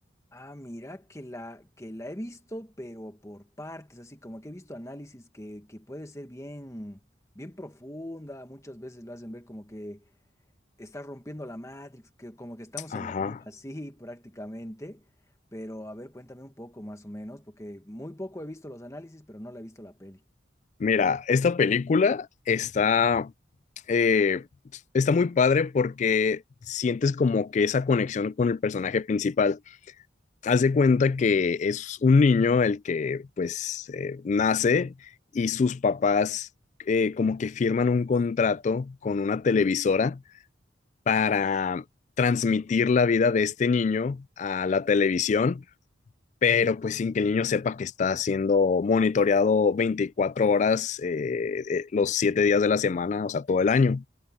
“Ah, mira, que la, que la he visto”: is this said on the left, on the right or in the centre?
Left